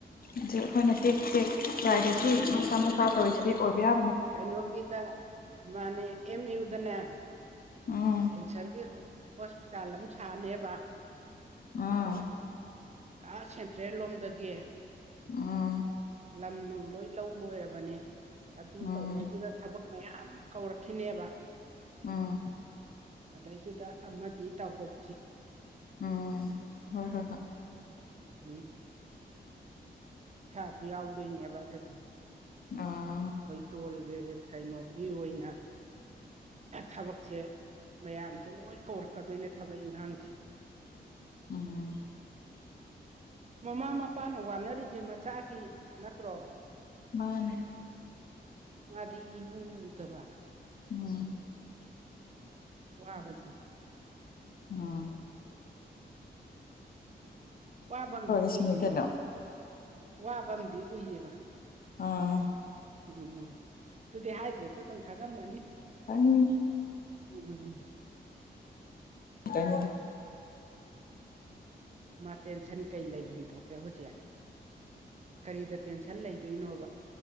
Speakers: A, on the left (about 55°); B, on the right (about 40°).
A: ꯑꯗꯨ ꯑꯩꯈꯣꯏꯅ ꯇꯦꯛ ꯇꯦꯛ
B: ꯑꯩꯈꯣꯏꯒꯤ
A: ꯀꯥꯏꯗꯗꯒꯤ ꯃꯆꯥ ꯃꯆꯥ ꯇꯧꯔꯤꯁꯤꯗꯤ ꯑꯣꯏꯕ ꯌꯥꯕꯅꯣ
B: ꯀꯩꯅꯣꯒꯤꯗ ꯃꯥꯅꯦ ꯑꯃꯤ ꯏ ꯎꯗꯅ
A: ꯎꯝ
B: ꯀꯦꯟꯁꯔꯒꯤ ꯍꯣꯁꯄꯤꯇꯥꯜ ꯑꯃ ꯁꯥꯅꯦꯕ
A: ꯑꯥ
B: ꯑꯁ ꯁꯦꯟꯇ꯭ꯔꯦꯜ ꯂꯣꯝꯗꯒꯤ
A: ꯎꯝ
B: ꯂꯝ ꯅꯨꯡ ꯂꯣꯏ ꯂꯧ ꯂꯣꯏꯔꯕꯅꯦ ꯑꯗꯨ
A: ꯎꯝ
B: ꯇꯧꯕꯩꯗꯨꯗ ꯊꯕꯛ ꯃꯌꯥꯝ ꯀꯧꯔꯛꯈꯤꯅꯦꯕ
A: ꯎꯝ
B: ꯑꯗꯩꯗꯨꯗ ꯑꯃꯗꯤ ꯇꯧꯍꯧꯁꯤ
A: ꯎꯝ ꯍꯣꯏ ꯍꯣꯏ ꯍꯣꯏ
B: ꯎꯝ ꯁꯥꯁꯨ ꯌꯥꯎꯗꯣꯏꯅꯦꯕ ꯑꯗꯨꯗꯤ
A: ꯑꯥ
B: ꯇꯣꯜ ꯀꯩꯅꯣꯒꯤ ꯑꯣꯏꯅ ꯊꯕꯛꯁꯦ ꯃꯌꯥꯝꯁꯦ ꯂꯣꯏ ꯀꯧꯔꯛꯀꯗꯣꯏꯅꯦ ꯊꯕꯛ ꯏꯪꯈꯥꯡꯁꯦ <inaudible>
A: ꯎꯝ
B: ꯃꯃꯥ ꯃꯄꯥꯅ ꯋꯥꯅꯔꯤꯁꯦ ꯃꯆꯥꯒꯤ ꯅꯠꯇ꯭ꯔꯣ
A: ꯃꯥꯅꯦ
B: ꯃꯥꯗꯤ ꯏꯎꯗꯕ
A: ꯎꯝ
B: ꯋꯥꯕꯆ
A: ꯑꯣ
B: ꯋꯥꯐꯝꯝꯗꯤ
A: ꯁꯤꯅꯤ
B: ꯎꯏꯌꯦ
A: ꯀꯩꯅꯣ
B: ꯋꯥꯐꯝꯗꯤ ꯎꯏꯌꯦꯕ
A: ꯑ
B: ꯎꯝ ꯎꯝ ꯑꯗꯨꯗꯤ ꯍꯥꯏꯗ꯭ꯔꯦꯁꯨ ꯑꯗꯨꯝ ꯈꯪꯉꯝꯃꯅꯤ
A: ꯎꯝ
B: ꯎꯝ
A: ꯑꯇꯩꯅꯣ
B: ꯃꯥ ꯇꯦꯟꯁꯟ ꯀꯩ ꯂꯩꯐꯝ ꯊꯣꯛꯀꯦ ꯍꯧꯖꯤꯛ ꯀꯔꯤꯗ ꯇꯦꯟꯁꯟ ꯂꯩꯗꯣꯏꯅꯣꯕ